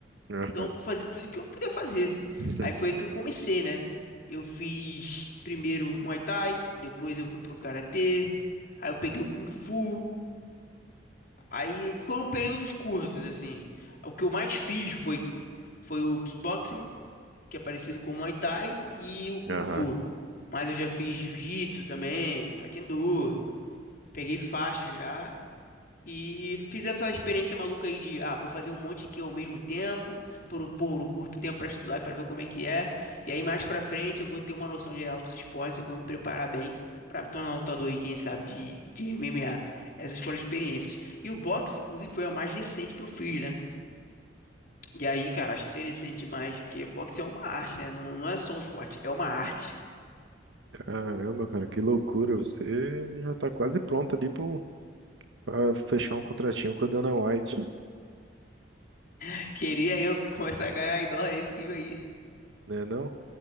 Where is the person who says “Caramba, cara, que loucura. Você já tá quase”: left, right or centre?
Right